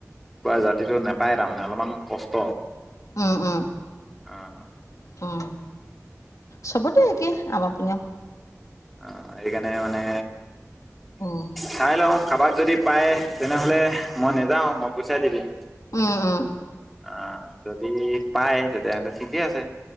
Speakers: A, in the centre; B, on the left.
A: কোৱা জাতিটো নেপায় তাৰমানে অলপমান কষ্ট।
B: উম, উম।
A: অ, অ।
B: উম, চবতে একে। আমাৰ পিনেও।
A: অ, সেইকাৰণে মানে
B: উম
A: চাই লওঁ। কাবাক যদি পায় তেনেহ'লে মই নেযাওঁ। মই পুইচাই দি দিম।
B: উম, উম।
A: আহ যদি পাই তেতিয়াহ'লে ঠিকে আছে।